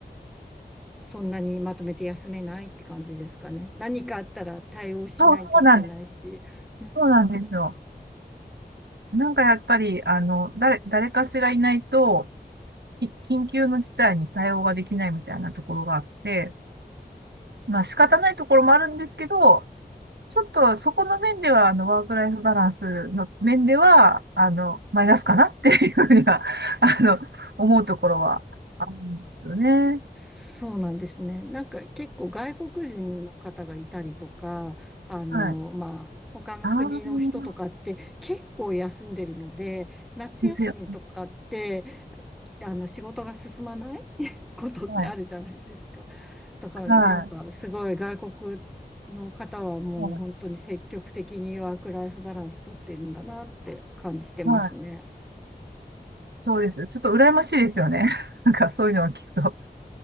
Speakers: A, in the centre; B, on the right.
A: そんなにまとめて休めないって感じですかね。何かあったら対応しないといけないし。
B: そう、そうなんです。
A: うん、
B: そうなんですよ。なんかやっぱり、あの、誰、誰かしらいないと、き緊急の事態に対応ができないみたいなところがあって、まあ仕方ないところもあるんですけど、ちょっとそこの面では、あの、ワークライフバランスの面では、あの、マイナスかなっていうふうには、<laughs> あの、思うところはあるんですよね。
A: そうなんですね。なんか結構外国人の方がいたりとか、あの、
B: はい。
A: まあ、他の国の人とかって結構休んでるので、
B: ああ、
A: 夏休みとかって
B: ですよ。
A: あの仕事が進まない <laughs> ことってあるじゃないですか。
B: はい。
A: だからなんかすごい外国の方はもう本当に積極的にワークライフバランス取ってるんだなって感じてますね。
B: はい。はい。はいそうです。ちょっと羨ましいですよね。<laughs> なんかそういうのを聞くと。